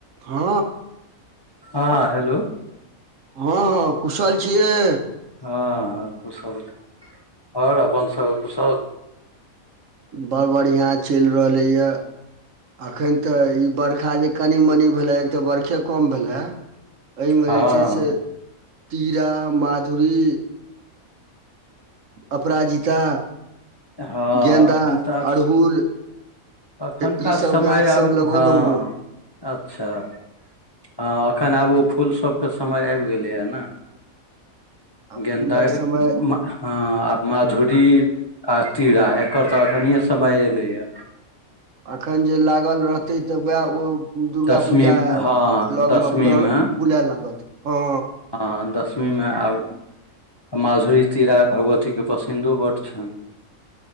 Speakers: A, on the right (about 65°); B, on the left (about 25°).
A: हँ
B: हँ, हेलो
A: हँ हँ, कुशल छियै?
B: हँ कुशल, आओर अपन सब कुशल?
A: बड़ बढ़िआँ चलि रहलैए अखन तऽ ई बरखा जे कनि मनि भेलैए, एक तऽ बरखे कम भेलए एहिमे
B: हँ
A: जे छै से तीरा, माधुरी अपराजिता
B: हँ,
A: गेन्दा
B: अखन तऽ आब
A: अड़हुल
B: अखनका
A: ई सब
B: समय
A: गाछ सब
B: आब,
A: लगौलहुँ
B: हँ अच्छा हँ, एखन आब ओ फूल सबके समय आबि गेलैए ने!
A: आ
B: गेन्दा
A: फूलक
B: हॅं,
A: समय
B: माधुरी आ तीरा। एकर तऽ अखने समय एलैया
A: एखन जे लागल रहतै तऽ वैह ओ दुर्गा
B: दसमी
A: पूजा
B: हँ
A: लगमे,
B: दसमी मे
A: फूलाए लागत। हँ
B: हँ दशमीमे, आब माधुरी तीरा भगवतीके पसिन्दो बड्ड छनि